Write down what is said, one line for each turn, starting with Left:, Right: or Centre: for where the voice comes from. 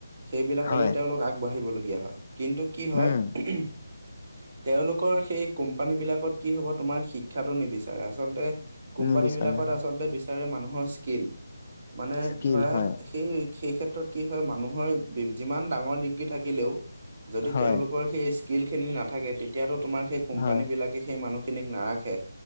Right: সেইবিলাকলৈ
Left: হয়
Right: তেওঁলোক আগবাঢ়িবলগীয়া হয়। কিন্তু কি হয়।
Left: উম
Right: তেওঁলোকৰ সেই কোম্পানী বিলাকত কি হ'ব, তোমাৰ শিক্ষাটো নিবিচাৰে। আচলতে কোম্পানী
Left: নিবিচাৰে
Right: বিলাকত
Left: হয়
Right: আচলতে বিচাৰে মানুহৰ স্কিল। মানে
Left: স্কিল
Right: ধৰা,
Left: হয়
Right: সেই, সেই ক্ষেত্ৰ ত্ৰত কি হয় মানুহৰ যিমান ডাঙৰ ডিগ্ৰী থাকিলেও। যদি
Left: হয়
Right: তেওঁলোকৰ সেই, স্কিল খিনি নাথাকে তেতিয়াতো তোমাৰ সেই, কোম্পানী
Left: হয়
Right: বিলাকে সেই মানুহখিনিক নাৰাখে।